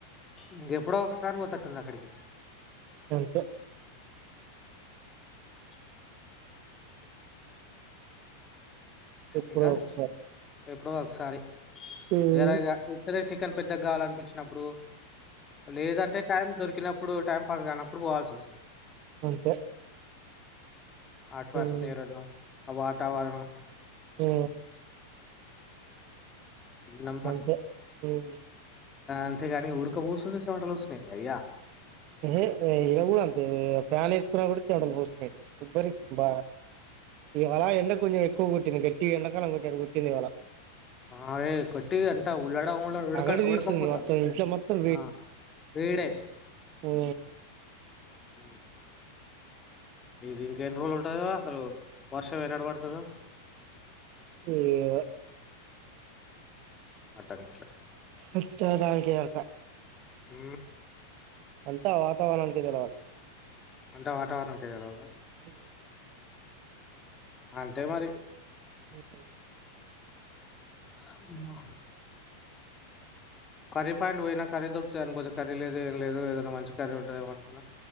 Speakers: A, on the left (about 20°); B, on the right (about 40°).
A: ఇంకెప్పుడో ఒకసారి పోతట్టుంది అక్కడికి.
B: అంతే.
A: హ
B: ఎప్పుడో
A: ఇంకా
B: ఒకసారి
A: ఎప్పుడో ఒకసారి.
B: హ.
A: సరేగా ఉత్తదే చికెన్ పెద్దగా కావాలనిపించినప్పుడు లేదంటే టైం దొరికినప్. ఇప్పుడు టైం పాస్ కానప్పుడు పోవాల్సి వస్తుంది.
B: అంతే.
A: అట్మాస్పియరును
B: ఉమ్
A: ఆ వాతావరణం.
B: హ
A: దీనమ్మ
B: అంతే ఉమ్
A: అంతేగాని ఉడకపోస్తుంది సమటలు వస్తున్నాయి అయ్యా
B: ఏ వె ఇలా కూడా అంతే ఫ్యాన్ వేసుకున్నా కూడా చెమటలు పోస్తున్నాయి. ఉబ్బరిస్తుబా ఇవాలా ఎండ కొంచెం ఎక్కువ కుట్టింది గట్టిగా ఎండకాలం కొట్టింది ఇవాళ
A: అ ఏ కొట్టి అంట ఉళడం ఉల ఉడక
B: అగడి తీస్తుంది
A: ఉడకపోతా
B: మొత్తం ఇంట్లో మొత్తం
A: ఆ వీడే
B: ఉ
A: ఉ ఇది ఇంక ఎన్ని రోజులు ఉంటుంద అసలు వర్షం ఎనడ పడుతదో
B: అయ్యో
A: అట్టంగాట్లా
B: వచ్చే దానికి యొక్క
A: ఊ
B: అంతా వాతావరణానికి తెలవాలి
A: అంటా వాతావరణం కే తెల్వద
B: ఉ
A: అంటే మరి
B: ఉ ఉ
A: అమ్మో కర్రీ పాయింట్ పోయినా కర్రీ దొరుకుతాది అనిపోతే కరీ లేదు ఏం లేదు ఏదైనా మంచి కర్రీ ఉంటాది ఏమో అనుకున్నా.